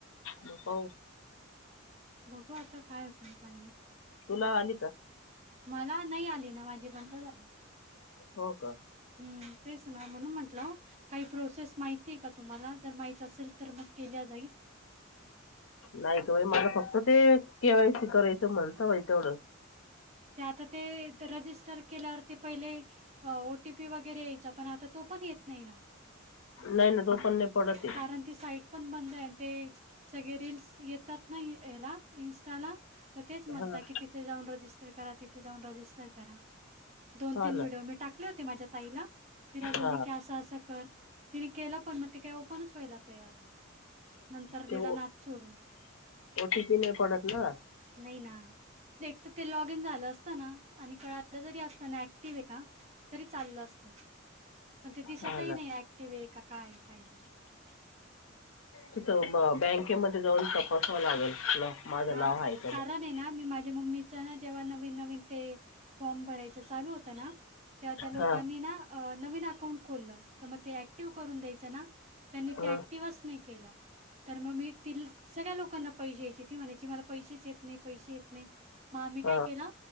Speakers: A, on the left; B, on the right.
A: म ब
B: बघू आता काय होतंय आणि काय नाही.
A: तुला आली का
B: मला नाही आली ना माझी बंद झाली.
A: हो का
B: हम्म, तेच ना म्हणून म्हंट टल काही प्रोसेस माहिती आहे काय तुम्हाला जर माहित असेल तर म केल्या जाईल
A: नाही गं बाई मला फक्त ते केवायसी करायचं म्हणता बाई तेवढं
B: ते आता ते तर रजिस्टर केल्यावरती पहिले ओटीपी वगैरे यायचा पण आता तो पण येत नाही ना
A: नाही नाही तो पण नाही पडत आहे
B: कारण ती साईट पण बंद आहे आणि ते सगळे रीलस येतात नाही याला इन ला तर तेच म्हणतात
A: हा
B: की तिथे जाऊन रजिस्टर करा तिथे जाऊन रजिस्टर करा दोन
A: हा
B: तीन
A: ना
B: व्हिडिओ मी टाकले होते माझ्या ताईला तिला बोलली
A: हा
B: की असं असं कर तिने केलं पण मग ती काही ओपनच व्हायला तयार नाही नंतर दिला
A: ते
B: नाद सोडून
A: ओटीपी नाही पडत ना
B: नाही ना एकतर ते लॉग इन झालं असतं ना आणि कळालं जरी असत ना ऍक्टिव आहे का तरी चाललं असतं पण ते दिसतही
A: हा ना
B: नाही ऍक्टिव आहे का काय काही
A: तिथं ब बँकेमध्ये जाऊन तपसावां लागेल ना माझं
B: हा
A: नाव आहे का
B: कारण
A: म्हणून.
B: आहे ना मी माझ्या मम्मीच ना जेव्हा नवीन नवीन ते फॉर्म भरायचं चालू होत ना त्या त्या लोकांनी
A: हा
B: ना नवीन अकाउंट खोललं तर मग ते ऍक्टिव्ह करून द्यायचं ना त्यांनी
A: हं,
B: ते ऍक्टिव्हच नाही केलं तर मग मी ति सगळ्या लोकांना पैसे यायची म्हणाची मला पैसे येत नाही पैस येत नाही मग आम्ही काय
A: हा
B: केला